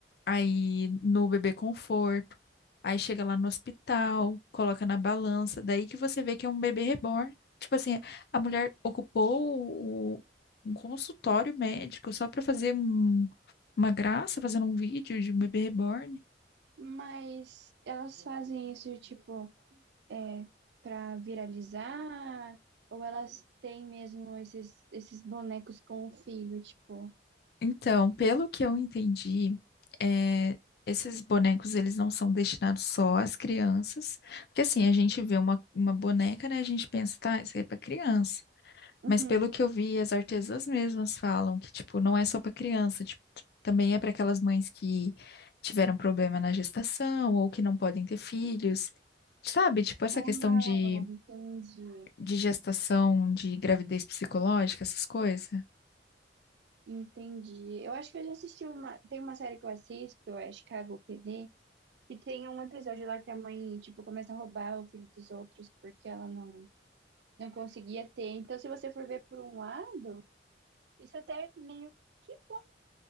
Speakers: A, on the left; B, on the right.
A: aí no bebê conforto, aí chega lá no hospital, coloca na balança, daí que você vê que é um bebê reborn. Tipo assim, a mulher ocupou o- um consultório médico só para fazer um- uma graça, fazendo um vídeo de um bebê reborn.
B: Mas elas fazem isso, tipo, é, pra viralizar? Ou elas têm mesmo esses, esses bonecos com o filho, tipo.
A: Então, pelo que eu entendi, é, esses bonecos eles não são destinados só às crianças, porque assim, a gente vê uma, uma boneca, né? A gente pensa, tá, isso aí é para criança.
B: Uhum.
A: Mas pelo que eu vi, as artesãs mesmas falam que, tipo, não é só para criança, tipo, também é para aquelas mães que tiveram problema na gestação ou que não podem ter filhos. Sabe, tipo, essa
B: Ah,
A: questão de,
B: entendi.
A: de gestação, de gravidez psicológica, essas coisas.
B: Entendi. Eu acho que eu já assisti uma. Tem uma série que eu assisto, é Chicago PD, e tem um episódio lá que a mãe, tipo, começa a roubar o filho dos outros porque ela não, não conseguia ter. Então, se você for ver por um lado, isso até é meio que bom,